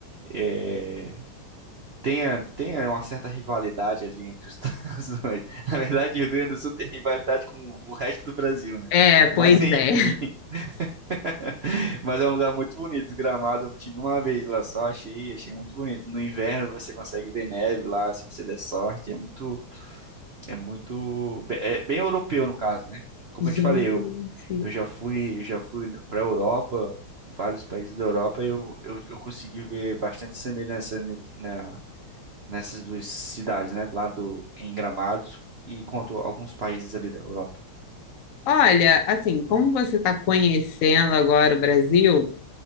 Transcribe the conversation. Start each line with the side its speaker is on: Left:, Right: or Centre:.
Right: é, tem, a- tem a- uma certa rivalidade ali entre os <laughs> estados. dois. Na verdade, o Rio Grande do Sul tem rivalidade com o resto do Brasil, né?
Left: É,
Right: Mas,
Left: pois
Right: enfim.
Left: é.
Right: <laughs> Mas é um lugar muito bonito. Gramado, eu tive uma vez lá só, achei, achei muito bonito. No inverno, você consegue ver neve lá, se você der sorte. É muito, é muito. be- É bem europeu, no caso, né? Como
Left: Gente.
Right: eu te falei, eu, eu já fui, eu já fui para Europa, vários países da Europa, e eu, eu, eu consegui ver bastante semelhança ne- na, nessas duas cidades, né? Lá do, em Gramados e quanto a alguns países ali da Europa.
Left: Olha, assim, como você está conhecendo agora o Brasil?